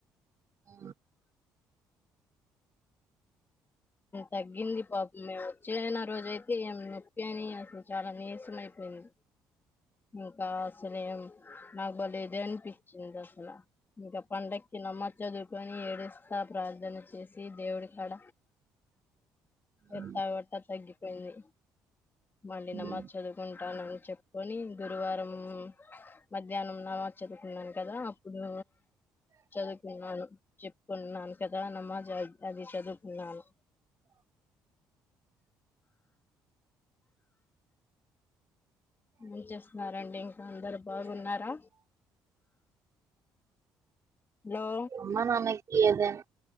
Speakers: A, on the right; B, on the left.
A: ఆ
B: తగ్గింది పాప మే వచ్చే నా రోజ అయితే ఏం నొప్పి అని అసలు చాలా నీరసం అయిపోయింది ఇంకా అసలే ఏం నాకుబలేదే అనిపించింది అసల ఇంకా పండగకి నమాజ్ చదువుకొని ఏడస్తా ప్రార్థన చేసి దేవుడి కాడ
A: హ్మ్
B: ఎట్ట వట్టా తగ్గిపోయింది మళ్లీ
A: హ్మ్
B: నమాజ్ చదువుకుంటానని చెప్ పోని గురువారం మధ్యాహ్నం నామజ్ చదువుకున్నాను కదా ఇప్పుడు చదువుకున్నాను చెప్పుకున్నాను కదా నమాజ్ అయితది చదు నాన్ ఏ చేస్తున్నారండి ఇంకా అందరు బాగున్నారా హలో
A: అమ్మా నాన్నక్ ఏదైనా